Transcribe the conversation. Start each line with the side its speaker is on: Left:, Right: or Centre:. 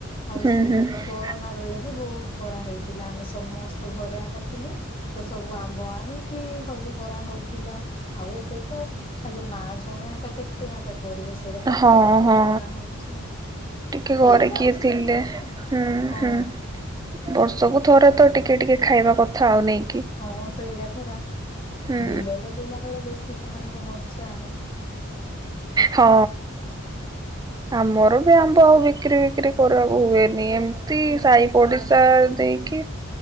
Left: ଆଉ
Right: ହୁଁ
Left: ସେ
Right: ହୁଁ
Left: କରୋନା ବେଳେ ବି ବହୁତ କରା ହେଇଥିଲା ଆମେ ସମସ୍ତେ ଘରେ ଏକା ଥିଲୁ ତ ସବୁ ଆମ୍ବ ଆଣି କି ସବୁ କରାହଉଥିଲା ଆଉ ଏବେ ତ ଖାଲି ମା ଜଣେ ଏକା କେତେ କ କରିବ ସେଇଟା ପାଇଁ
Right: ହଁ
Left: ଟିକେ କମ
Right: ହଁ।
Left: କରାହେଉଛି ଆଉ।
Right: ଟିକେ ଘରେ
Left: ହେଇ ଯାଉଛି
Right: କିଏ ଥିଲେ
Left: ସେଇଟା ଏକା
Right: ହୁଁ
Left: ହଁ
Right: ହୁଁ ବର୍ଷକୁ ଥରେ ତ ଟିକେ ଆସିବେ। ଟିକେ ଟିକେ ଖାଇବା କଥା ଆଉ ନାହିଁ।
Left: ହଁ ସେଇଟା ପା
Right: ହୁଁ
Left: ବିଲ ଲଗେଇଲା ବେଳେ ବେଶୀ ସେମାନଙ୍କ ମ ଆଚ୍ଛା।
Right: ହଁ। ଆମର ବି ଆମ୍ବ ଆଉ ବିକ୍ରିଫିକ୍ରି କରିବାକୁ ହୁଏନି। ଏମତି ସାହି ପଡିଶା ଦେଇକି କି